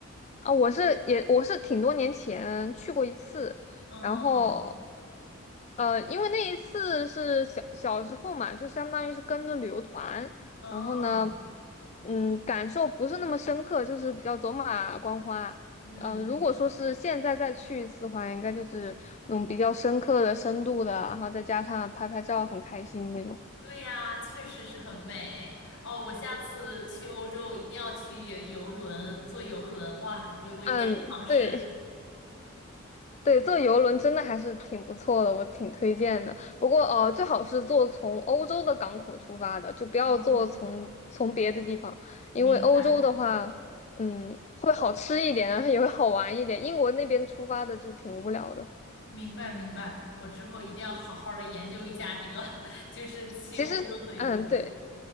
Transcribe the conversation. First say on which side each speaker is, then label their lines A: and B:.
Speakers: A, on the left; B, on the left.
A: 啊，我是也我是挺多年前去过一次，
B: 哦，
A: 然后呃，因为那一次是小小时候嘛，就相当于是跟着旅游团，
B: 哦，
A: 然后呢，嗯，感受不是那么深刻，就是比较走马观花。
B: 嗯，
A: 嗯、呃如果说是现在再去一次的话，应该就是那种比较深刻的、深度的，然后再加上拍拍照很开心那种。
B: 对呀，确实是很美。哦，我下次去欧洲，我一定要去游轮，坐游轮。哇，我我一定要尝试。
A: 嗯，对。对，坐游轮真的还是挺不错的，我挺推荐的。不过，呃，最好是坐从欧洲的港口出发的，就不要坐从从别的地方，
B: 哦，
A: 因为欧洲的话，
B: 明白。
A: 嗯，会好吃一点，然后也会好玩一点。英国那边出发的就挺无聊的。
B: 明白明白，我之后一定要好好的研究一下这个，<laughs> 就是去欧洲坐游轮。
A: 其实，嗯，对，